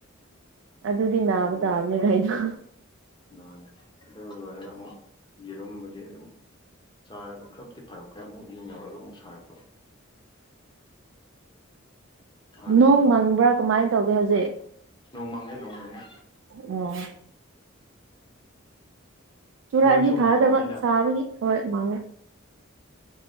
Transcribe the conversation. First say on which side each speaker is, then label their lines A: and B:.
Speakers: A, on the right (about 65°); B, on the left (about 25°).
A: ꯑꯗꯨꯗꯤ ꯅꯥꯕ
B: ꯑꯗꯨ
A: ꯇꯥꯕꯅꯦ ꯀꯩꯅꯣ
B: ꯃꯥꯅꯦ ꯑꯗꯨ ꯂꯣꯏꯔꯒ ꯑꯃꯨꯛ ꯌꯦꯔꯨꯝꯕꯨꯗꯤ ꯑꯗꯨꯝ ꯆꯥꯔꯒ ꯈꯔꯕꯨꯗꯤ ꯐꯔꯛꯄ ꯃ ꯑꯃꯨꯛ ꯌꯨꯝ ꯌꯧꯔꯒ ꯑꯃꯨꯛ ꯁꯥꯔꯛꯄ ꯍꯥꯟꯅ
A: ꯅꯣꯡ ꯃꯪꯕ꯭ꯔꯥ ꯀꯃꯥꯏꯅ ꯇꯧꯒꯦ ꯍꯧꯖꯤꯛ
B: ꯅꯣꯡꯃꯪꯉꯦ ꯅꯣꯡꯃꯪꯉꯦ
A: ꯑꯣ ꯆꯨꯔꯛꯑꯗꯤ
B: ꯅꯣꯏꯁꯨ ꯃꯪꯉꯝꯕꯅꯤꯅ
A: ꯐꯥꯗꯕ ꯁꯥꯕꯒꯤ ꯍꯣꯏ ꯃꯥꯡꯉꯦ